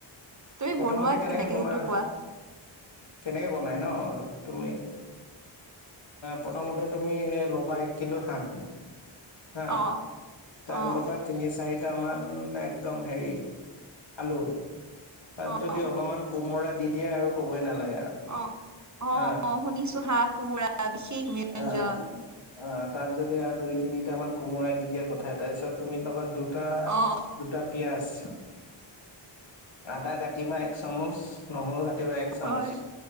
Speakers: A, on the right; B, on the left.
A: তুমি
B: প্ৰথমতে
A: বনোৱা
B: কেনেকে বনাই
A: সেইটো কোৱা?
B: কেনেকে বনাই ন। তুমি প্ৰথমতে তুমি ল'বা এক কিলো হাঁহ। হা
A: অ',
B: তাৰ
A: অ',
B: লগত তিনি চাৰি। টামান একদম হেৰি আলু তাত
A: অ',
B: যদি অলপমান কোমোৰা। দি দিয়া আৰু ক'বই নালাগে আৰু
A: অ'। অ',
B: হা।
A: অ', শুনিছো হাঁহ কোমোৰা বিশেষ ব্যঞ্জন।
B: অ অ তাত যদি আৰু দুই তিনিট মান কোমোৰা দি দিয়ে। কথাই তাৰপিছত তুমি পাবা দুটা
A: অ',
B: -দুটা পিয়াজ। আদা কাটিবা এক চামুচ, নহৰু কাটিবা এক চামুচ
A: হয়।